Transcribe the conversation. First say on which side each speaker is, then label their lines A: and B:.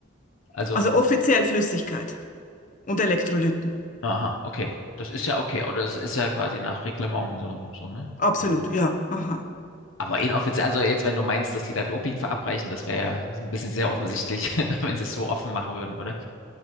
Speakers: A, on the left; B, on the left.
A: Also,
B: Also offiziell Flüssigkeit und Elektrolyten.
A: aha, okay. Das ist ja okay. Oder das ist ja quasi nach Reglement so, so, ne?
B: Absolut,
A: Also,
B: ja, aha,
A: Aber inoffiziell, also jetzt, wenn du meinst, dass die da Doping verabreichen, das wäre ja so ein bisschen sehr offensichtlich, <laughs> wenn sie es so offen machen würden, oder?